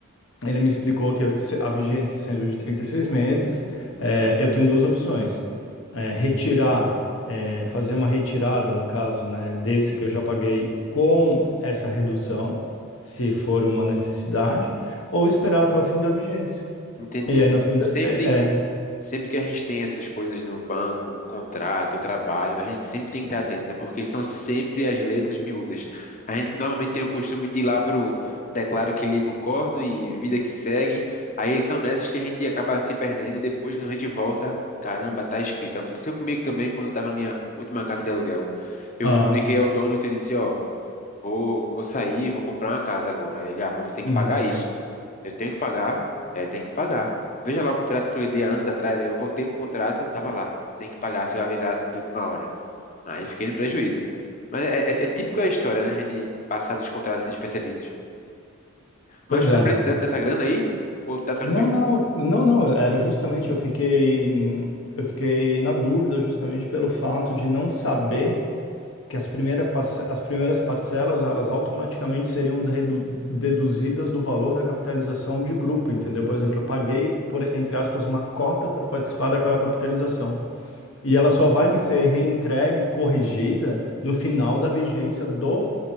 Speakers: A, on the left; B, on the left.
A: Ele me explicou que a vigência sendo de 36 meses, eh, eu tenho duas opções. Eh, retirar, eh, fazer uma retirada, no caso, né, desse que eu já paguei com essa redução, se for uma necessidade, ou esperar até o fim da vigência.
B: entendi.
A: E aí, no fim
B: Sempre
A: da... É, é.
B: Sempre que a gente tem essas coisas no banco, no contrato, no trabalho, a gente sempre tem que estar atento, né? Porque são sempre as letras miúdas. A gente normalmente tem o costume de ir lá pro declaro que lhe concordo e vida que segue. Aí são nessas que a gente acaba se perdendo e depois quando a gente volta, caramba, tá escrito. Aconteceu comigo também quando eu tava na minha última casa de aluguel. Eu
A: ah,
B: comuniquei ao dono que eu disse, ó, vou, vou sair, vou comprar uma casa agora. Ele, ah, mas você tem que
A: uhum.
B: pagar isso. Eu tenho que pagar, é, tem que pagar. Veja lá o contrato que eu lhe dei há anos atrás, aí eu voltei pro contrato e tava lá. Tem que pagar se eu avisar assim de última hora. Aí fiquei no prejuízo. Mas é, é, é típico a história, né? A gente passar dos contratos assim despercebidos. Mas
A: Pois
B: tu
A: é.
B: tá precisando dessa grana aí? Ou tá tranquilo?
A: Não, não, não, não, era justamente, eu fiquei, eu fiquei na dúvida justamente pelo fato de não saber que as primeiras, as primeiras parcelas elas automaticamente seriam redu- deduzidas do valor da capitalização de grupo, entendeu? Por exemplo, eu paguei, por, entre aspas, uma cota para participar daquela capitalização. E ela só vai me ser reentregue, corrigida, no final da vigência do